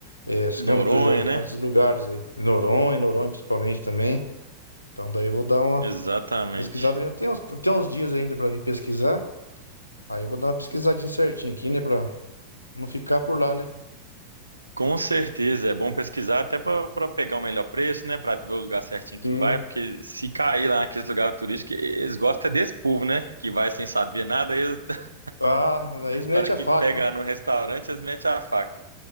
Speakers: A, on the left; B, on the right.
A: é, os
B: Noronha,
A: Campos do Jordão,
B: né?
A: esses lugares aí. Noronha, Noronha principalmente também. Então daí eu vou dar uma
B: Exatamente.
A: pesquisada mesmo. Tem uns, tem uns dias ainda pra mim pesquisar. Aí eu vou dar uma pesquisadinha certinha aqui, né? Pra não ficar por lá, né?
B: Com certeza, é bom pesquisar até para pegar o melhor preço, né? Para ver o lugar certinho
A: Sim.
B: que vai, porque se cair lá naqueles lugares turísticos, eles gostam é desse povo, né? Que vai sem saber nada, eles, <laughs>
A: Ah, daí mete
B: na hora que
A: a faca,
B: pega
A: hein?
B: no restaurante, eles metem a faca.